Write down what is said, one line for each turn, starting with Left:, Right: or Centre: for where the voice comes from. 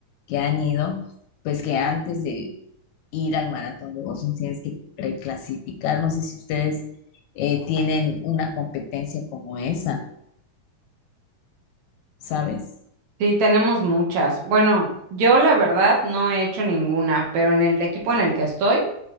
Left: que han ido, pues que antes de ir al maratón de Boston tienes que preclasificar. No sé si ustedes eh, tienen una competencia como esa, ¿sabes?
Right: Sí, tenemos muchas. Bueno, yo la verdad no he hecho ninguna, pero en el equipo en el que estoy,